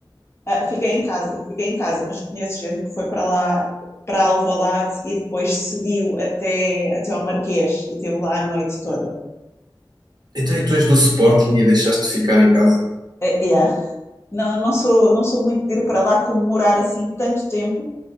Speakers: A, on the left; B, on the right.
A: Ah, fiquei em casa, fiquei em casa, mas conheço gente que foi para lá, para Alvalade e depois seguiu até, até ao Marquês e esteve lá a noite toda.
B: Então, e tu és do Sporting e deixaste de ficar em casa?
A: Eh, yeah, Não, não sou, não sou muito de ir para lá comemorar assim tanto tempo.